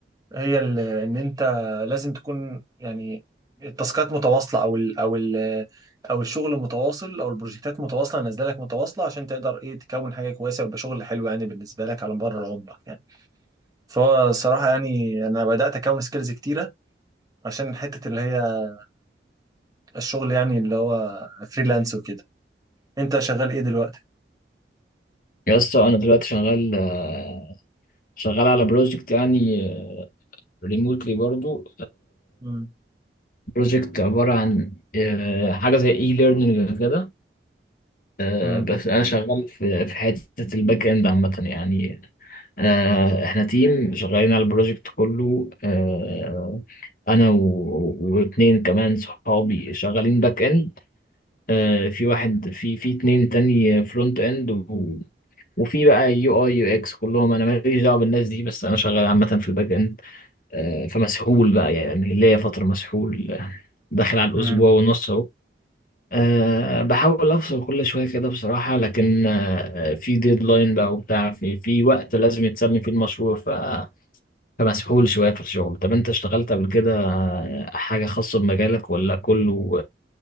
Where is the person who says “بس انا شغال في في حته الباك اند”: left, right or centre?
Left